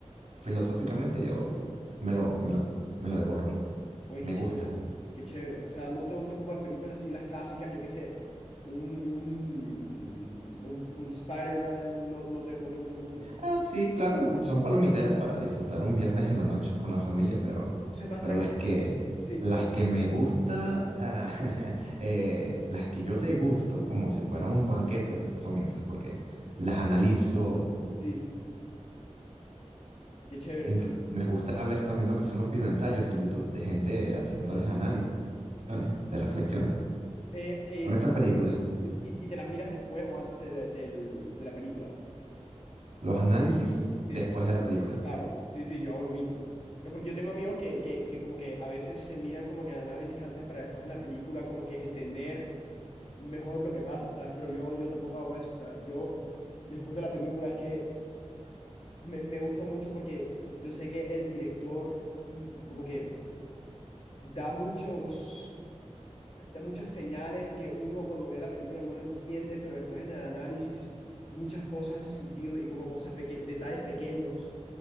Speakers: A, on the right (about 75°); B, on the left (about 60°).
A: filosóficamente, yo me lo, me lo, me lo devoro.
B: Oye,
A: Me
B: qué chévere,
A: gusta.
B: qué chévere. O sea, ¿no te gustan como las películas así, las clásicas, yo qué sé, un, un, un, un Spider-Man, no, no te, no te gusta mucho?
A: Ah, sí, claro, son palomiteras para disfrutar un viernes en la noche con la familia,
B: Sí.
A: pero,
B: Eso es más
A: pero
B: tranquilo.
A: las que,
B: Sí,
A: las que me gusta, ah, <laughs> eh, las que yo degusto como si fuera un banquete, pues, son esas, porque las analizo.
B: sí, qué chévere.
A: inclu- me gusta ver también lo que son los videoensayos en YouTube de gente haciéndoles análisis, de reflexiones.
B: Eh, eh,
A: Son esas películas,
B: y, y te las miras después o antes de la, del- de la película.
A: los análisis
B: Sí.
A: después de la película.
B: Claro, sí, sí, yo hago lo mismo. O sea, porque yo tengo amigos que, que, que como que a veces se miran como que análisis antes para después en la película como que entender mejor lo que pasa, ¿sabes? Pero yo, yo tampoco hago eso. O sea, yo después de la película es que me, me gusta mucho porque yo yo sé que el director mm, como que da muchos, da muchas señales que uno cuando ve la película no lo entiende, pero después en el análisis muchas cosas hacen sentido y como cosas, peque- detalles pequeños